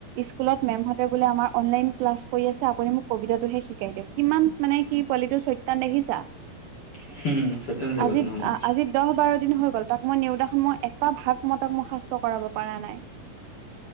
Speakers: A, on the right (about 85°); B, on the left (about 45°).
A: স্কুলত মেমহতে বোলে আমাৰ অনলাইন ক্লাছ কৰি আছে আপুনি মোক কবিতাটোহে শিকাই দিয়ক কিমান মানে সি পোৱালিটো চৈতান দেখিছা।
B: <inaudible>
A: আজি
B: গলো নহলে
A: আজি দহ বাৰ দিন হৈ গ'ল তাক মই নেওতাখন মই এটা ভাগ মই তাক মুখস্ত কৰাব পৰা নাই।